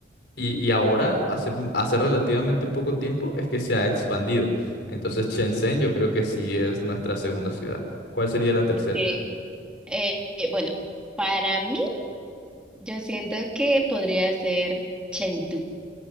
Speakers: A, on the left; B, in the centre.
A: Y, y ahora, hace, hace relativamente poco tiempo, es que se ha expandido. Entonces, Shenzhen yo creo que sí es nuestra segunda ciudad. ¿Cuál sería la tercera?
B: sí. Eh, eh, bueno, para mí, yo siento que podría ser Chengdu.